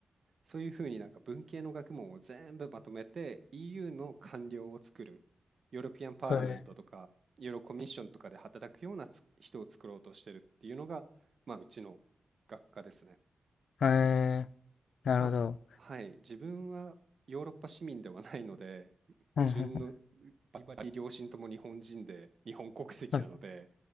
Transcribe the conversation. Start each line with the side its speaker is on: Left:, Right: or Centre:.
Right: そういうふうになんか文系の学問を全部まとめて EU の官僚を作る、ヨーロピアンパーラメントとか、
Left: うん。へ
Right: ヨーロコミッションとかで働くようなつ人を作ろうとしてるっていうのが、まあ、うちの学科ですね。
Left: え、へえなるほど。
Right: まあ、はい、自分はヨーロッパ市民ではないので、
Left: うんうんうん。
Right: 順の両親とも日本人で、日本国籍なので、
Left: はい